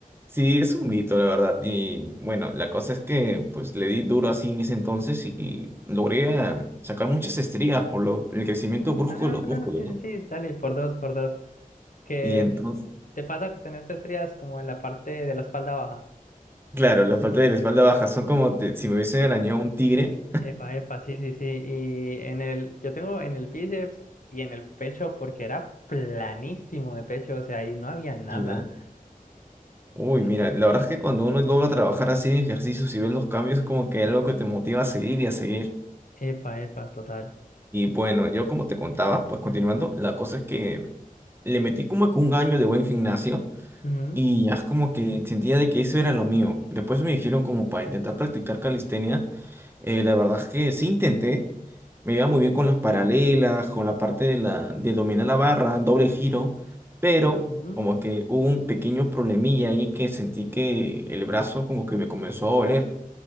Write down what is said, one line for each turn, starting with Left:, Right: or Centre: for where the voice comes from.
Right: Sí, es un mito, la verdad. Y bueno, la cosa es que pues le di duro así en ese entonces y logré ah, sacar muchas estrías por lo- el crecimiento brusco
Left: Ah,
Right: de los músculos,
Left: sí,
Right: ¿no?
Left: sí, sí, dale, por dos, por dos. ¿Qué
Right: Y entonces,
Left: te pasa que tenés estrías como en la parte de la espalda baja?
Right: claro, la falta de la espalda baja son como te- si me hubiese arañado un tigre.
Left: Epa, epa, sí, sí, sí. Y en el, yo tengo en el bíceps y en el pecho porque era planísimo de pecho, o sea, ahí no había nada.
Right: y, ¿no? Uy,
Left: N-
Right: mira, la verdad es que cuando uno logra trabajar así en ejercicios y ves los cambios, es como que algo que te motiva a seguir y a seguir.
Left: Epa, epa, total.
Right: Y bueno, yo como te contaba, pues continuando, la cosa es que le metí como que un año de buen gimnasio.
Left: Ujú,
Right: Y ya es como que sentía de que eso era lo mío. Después me dijeron como para intentar practicar calistenia. eh, la verdad es que sí intenté. Me iba muy bien con las paralelas, con la parte de la, de dominar la barra, doble giro. Pero
Left: ujú,
Right: como que hubo un pequeño problemilla ahí que sentí que el brazo como que me comenzó a doler.